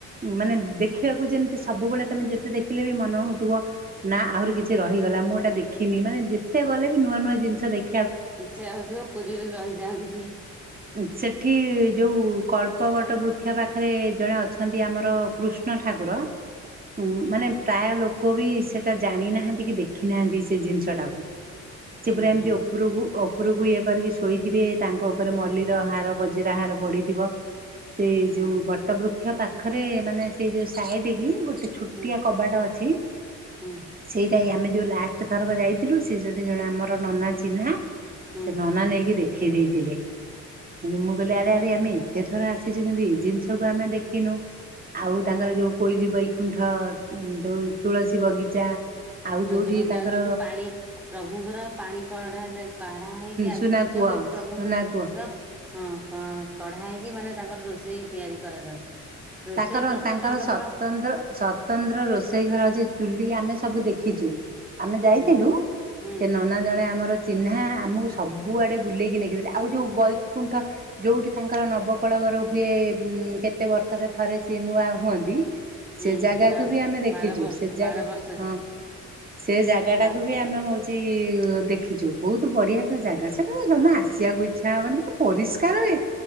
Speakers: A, on the right; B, in the centre.
A: ମାନେ ଦେଖିବାକୁ ଯେମତି ସବୁବେଳେ ମାନେ ଯେତେ ଦେଖିଲେ ବି ମନେ ହୋଉଥୁବ ନା ଆହୁରି କିଛି ରହିଗଲା ମୁଁ ଏଟା ଦେଖିନି ମାନେ ଯେତେ ଗଲେ ବି ନୂ ନୂଆ ନୂଆ ଜିନଷ ଦେଖ
B: ଇଚ୍ଛା ହୋଉଥୁବ ପୁରୀରେ ରହିଯାଆନ୍ତି କି।
A: ଉଁ ସେଠି ଯୋଉ କଳ୍ପବଟ ବୃକ୍ଷ ପାଖରେ ଜଣେ ଅଛନ୍ତି ଆମର କୃଷ୍ଣ ଠା ଠାକୁର। ହୁଁ ମାନେ ପ୍ରାୟ ଲୋକ ବି ସେଟା ଜାଣି ନାହାନ୍ତି କି ଦେଖି ନାହାନ୍ତି ସେ ଜିନିଷ ଟାକୁ। ସେ
B: ହୁଁ
A: ପୁରା ଏମତି
B: ହୁଁ
A: ଓପରୁକୁ ଓପ୍ ଉପରକୁ ଇଏ କରିକି ଶୋଇଥିବେ ତାଙ୍କ ଓପରେ ମଲ୍ଲର ହାର ଗଜିରା ହାର ପଡ଼ିଥିବ। ସେଇ
B: ହୁଁ
A: ଯୋଉ ବଟ ବୃକ୍ଷ ପାଖରେ ମାନେ ସେଇ ଯୋଉ ସାଇଡିକି ଗୋଟେ ଛୋଟିଆ
B: ହୁଁ
A: କବାଟା ଅଛି
B: ହୁଁ
A: ସେଇଟା ହିଁ ଆମେ ଯୋଉ ଲାଷ୍ଟେ ଥରକ ଯାଇଥିଲୁ ସେ ଯୋଉଠି ଜଣେ ଆମର ନନା ଚିହ୍ନା
B: ହୁଁ
A: ସେ ନନା ନେଇକି ଦେ ଖେଇ ଦେଇଥିଲେ କିନ୍ତୁ ମୁଁ କହିଲି ଆରେ ଆରେ ଆମେ ଏ ଏତେ ଥର ଆସିଚୁ କିନ୍ତୁ ଏ ଜିନଷକୁ ଆମେ ଦେଖିନୁ ଆଉ ତାଙ୍କର ଯୋଉ କୋଇଲି ବଇ କୁଣ୍ଠ ଉଁ ଯୋଉ ତୁଳସୀ ବଗିଚା। ଆଉ
B: ତୁଳସୀ
A: ଯୋଉଠି
B: ପଇ
A: ତାଙ୍କର
B: ଆଉ ଯୋଉଠୁ ପାଣି ପ୍ରଭୁଙ୍କର ପାଣି କଢା ଯା କାଢା ହେଇକି ଆଜି
A: ସୁନା
B: ପର୍ଯ୍ୟ
A: କୂଅ
B: ତଥାପି ପ୍ରଭୁଙ୍କ
A: ସୁନା କୂଅ
B: ପ୍ର ହଁ କ କଢା ହେଇକି ମାନେ ତାଙ୍କର ରୋଷେଇ ତିଆରି କରାଯାଉଛି। ରୋଷେଇ
A: ତାକର
B: ପ୍ରସ୍ତୁତ
A: ତାଙ୍କର
B: କେବଳ
A: ସତନ୍ତ୍ର ସତନ୍ତ୍ର ରୋଷେଇ ଘର ଅଛି। ଚୁଲି ଆମେ ସବୁ ଦେଖିଚୁ ଆମେ ଯାଇଥିଲୁ
B: ହୁଁ ହୁଁ
A: ସେ ନନା ଜଣେ ଆମର ଚିହ୍ନା ଆମକୁ ସବୁଆଡ଼େ ବୁଲେଇକି ନେଇକିରି ଯାଏ ଆଉ ଯୋଉ ବୈକୁଣ୍ଠ ଯୋଉଠି ତାଙ୍କର ନବକଳବର ହୁଏ। କେ କେତେ ବର୍ଷରେ ଥରେ ସିଏ ନୂଆ ହୁଅନ୍ତି।
B: ହୁଁ
A: ସେ ଜାଗାକୁ
B: ବା
A: ବି ଆମେ ଦେଖିଚୁ
B: ବାର ବର୍ଷ
A: ସେ ଜାଗା
B: ବାର ବର୍ଷକେ
A: ହଁ। ସେ ଜାଗାଟାକୁ
B: ବାର
A: ବି ଆମେ ହୋଉଚି ଦେ ଦେଖିଚୁ ବୋହୁତୁ ବଢିଆ ସେ ଜାଗା ସେଟା ତ ଜମା ଆସିବାକୁ ଇଛା ହବନି କେତେ ପରିଷ୍କାର ହୁଏ।